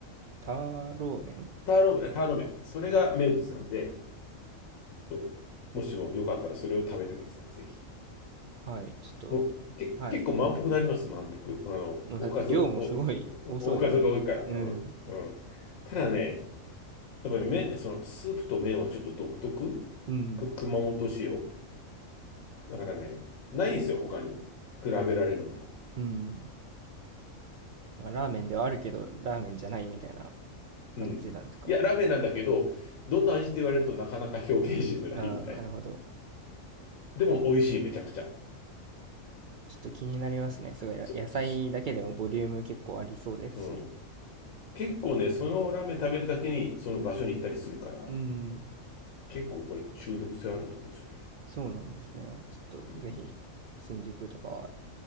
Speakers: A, on the right (about 60°); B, on the left (about 80°).
A: ターローメンですかね。
B: ターロ、ターロ麺。それが名物なんで、と、もしもよかったらそれを食べてください。ぜひ。
A: はい。ちょっと、
B: もう、
A: いはい。
B: け、結構満腹になります。満腹。あの、
A: もうだって量もすごい多そうですよね。
B: おかずが、お、お、おおかずが多いから。
A: うん。
B: うん。うん。ただね、やっぱり麺、その、スープと麺はちょっと独特
A: うん。
B: く熊本仕様だからね、ないんですよ、他に。比べられるのが。
A: うん。まあラーメンではあるけど、ラーメンじゃないみたいな感じなんですか。
B: うん。いや、ラーメンなんだけど、どんな味って言われるとなかなか表現しづらいみたいな。
A: ああー、なるほど。
B: でも美味しい、めちゃくちゃ。
A: ちょっと気になりますね。すごい、
B: そ、
A: 野菜だけでもボリューム結構ありそうですし。
B: そうん。結構ね、そのラーメン食べるだけにその場所に行ったりするから、
A: うん、
B: 結構これ中毒性あると思うんですよね。
A: そうなんですね。ちょっとぜひ、
B: うん。
A: 新宿とかは